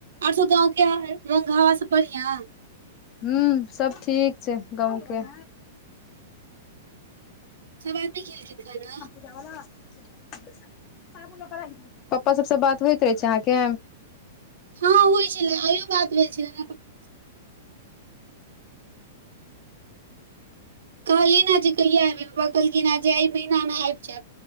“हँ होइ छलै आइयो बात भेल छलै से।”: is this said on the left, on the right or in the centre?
Right